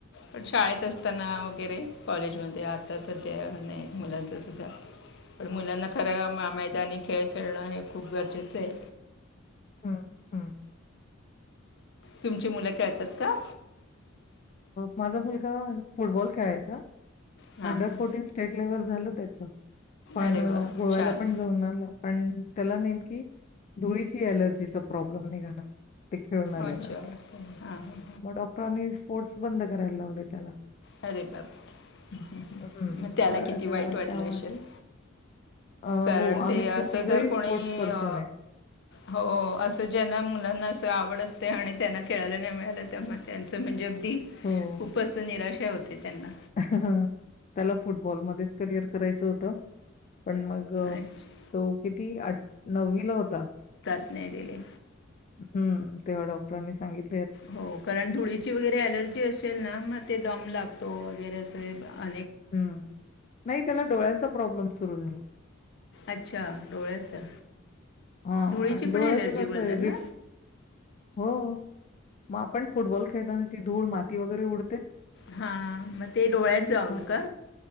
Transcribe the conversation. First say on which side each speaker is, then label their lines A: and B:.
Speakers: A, on the left (about 60°); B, on the left (about 40°).
A: पण शाळेत असते असताना
B: हं,
A: वगैरे
B: हं.
A: कॉलेजमध्ये आता सध्या नाही मुलांच सुद्धा पण मुलांना खरं मैदानी खेळ खेळणं हे खूप गरजेचं आहे
B: हम हम्
A: तुमची मुलं खळतात का
B: माझा मुलगा फुटबॉल खेळायचा
A: हां
B: अंडर
A: हां
B: फोर्टीन स्टेट फ्लेवर झालं त्याचं, पण
A: अरे वा
B: गोव्याला
A: छान
B: पण जाऊन आलं पण त्याला नेमकी धुळीची अलर्जीचा प्रॉब्लेम निघाला. ते खेळून आल्यानंतर,
A: अच्छा ओके हां हां
B: मग डॉक्टरांनी स्पोर्ट्स बंद करायला लावलंय त्याला.
A: अरे बाप रे!
B: हं,
A: मग त्याला किती वाईट
B: अ,
A: वाटलं
B: त्यामुळे
A: असेल.
B: अ
A: कारण
B: हो, आम्ही
A: ते असं
B: तिघंही
A: जर कोणी
B: स्पोर्ट्स पर्सन
A: अ,
B: आहे.
A: हो, असं ज्यांना मुलांना आवड असते आणि त्यांना खेळायला नाही मिळालं तेव्हा त्यांचं, म्हणजे अगदी
B: हो.
A: खूप असं निराश हे होते त्यांना.
B: त्याला फुटबॉलमध्येच करिअर करायचं होतं. पण मग अ
A: अच्छ-
B: तो किती आठ नववीला होता
A: नाय दिले.
B: हम्म, तेव्हा डॉक्टरांनी सांगित
A: हो, कारण धुळीची वगैरे अलर्जी असेल ना मग ते दम लागतो वगैरे असं आ
B: हम्म, नाही त्याला डोळ्याचा प्रॉब्लेम सुरू झाला.
A: अच्छा, डोळ्याचा.
B: हा
A: धुळीची
B: आणि डोळ्याचं
A: पण ॲलर्जी
B: कसंय
A: बोलला ना
B: रिप हो मग आपण फुटबॉल खेळताना ती धूळ माती वगैरे उड
A: हा, मग ते डोळ्यात जाऊन
B: हां.
A: का?